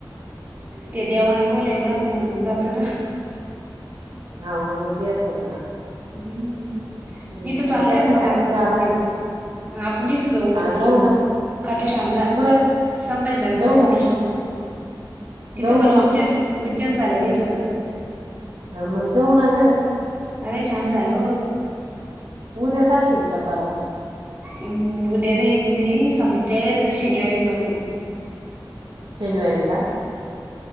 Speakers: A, on the right; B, on the right.
A: ते देवाना बोलेल राहत म्हण जातो ना! -
B: हा न म इतिहास होता ना!
A: हम्म
B: हम्म
A: इथं चालतय
B: त्याच्यासाठीच
A: मग आपण
B: जावं
A: जाऊन
B: लागेल
A: येऊ
B: का
A: आपण इथं जाऊ
B: हा
A: मग म्हणलं!
B: ना
A: खाटू श्यामला
B: कुठे
A: संभाजीनगरच्या
B: जाऊ ना
A: खाटूश्यामला!
B: मग
A: तिथं
B: जाऊ
A: पण
B: ना
A: उज्जन
B: मग
A: उज्जैन झालं, तिथं पण!
B: आमग जाऊ ना गे आ!
A: अरे छान झालो!
B: उद्या चाशील का परवा!
A: हम् उद्या नाही मी संमते शनिवारी जाऊ आपु!
B: शनिवारी का?